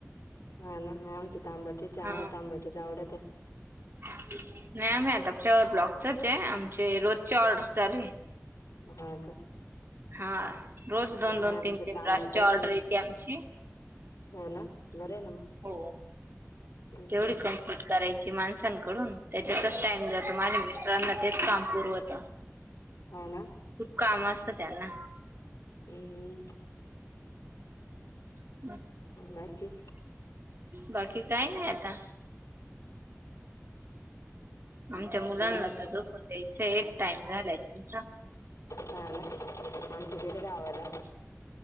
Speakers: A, on the left (about 70°); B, on the right (about 45°).
A: हा ना तांबाटेचे आम्हाला
B: हा
A: तांबाटेच आवडत आहे
B: नाहीम आता फ्लवरवर ब्लॉक तच आहे आमचे रोजची ऑर्डर चालू आहे
A: ह का
B: हा रोज दोन
A: नाही
B: दोन
A: आमचे
B: तीन तीन
A: तांबाटेच
B: रासची ऑर्डर
A: आहेत
B: येते आमची
A: हो ना बर न म
B: हो.
A: हम्
B: तेवढी
A: हम्
B: कम्प्लीट करायची माणसांकडून त्याच्यातच टाइम जातो माझ्या मिस्टरांना तेच काम पुरवत
A: हो ना
B: खूप काम असतं त्यांना
A: हम्म
B: का
A: बाकी
B: बाकी काय नाही आता आमच्या मुलांना
A: लोन
B: तर झोपण द्यायच एक टाइम झालाय त्यांचा
A: हा ना आमचे गेले गावाला